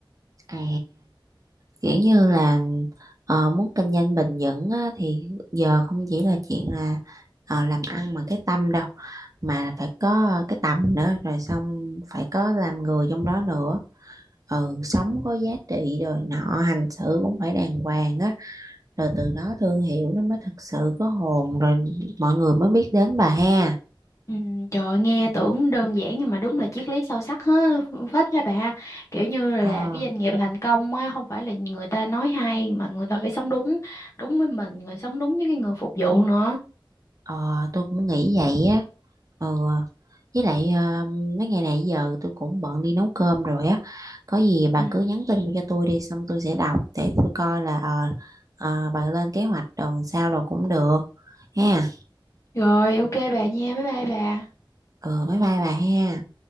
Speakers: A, on the right; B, on the left.
A: à kiểu như là ờ, muốn kinh doanh bền vững á, thì giờ không chỉ là chuyện là ờ, làm ăn mà cái tâm đâu mà phải có cái tâm nữa rồi xong phải có làm người trong đó nữa ừ sống có giá trị rồi nọ hành xử cũng phải đàng hoàng á rồi từ đó thương hiệu nó mới thực sự có hồn rồi mọi người mới biết đến bà ha
B: Ừ, trời ơi, nghe tưởng đơn giản nhưng mà đúng là triết lý sâu sắc hết phết ha bà kiểu như
A: ờ
B: là cái doanh nghiệp thành công á không phải là người ta nói hay mà người ta phải sống đúng đúng với mình người sống đúng với cái người phục vụ nữa
A: ờ tôi cũng nghĩ vậy á ừ ờ. với lại ờ, mấy ngày này giờ tôi cũng bận đi nấu cơm rồi á có gì bà
B: Ừ.
A: cứ nhắn tin cho tôi đi xong tôi sẽ đọc để tôi coi là ờ, ờ, bà lên kế hoạch tuần sau rồi cũng được ha
B: rồi ok bà nha bye bye bà
A: ừ bye bye bà ha